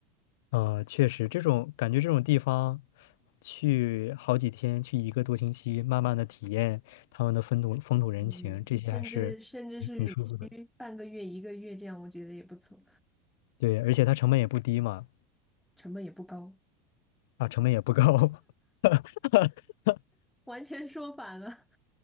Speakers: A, on the left; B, in the centre.
A: 呃，确实，这种感觉，这种地方去好几天，去一个多星期，慢慢的体验他们的风土风土人情，
B: 嗯，
A: 这些还是挺挺舒服的。
B: 甚至甚至是旅居半个月、一个月这样，我觉得也不错，
A: 对，而且它成本也不低嘛，
B: 成本也不高，
A: 啊，成本也不高。<laughs>
B: 完全说反了。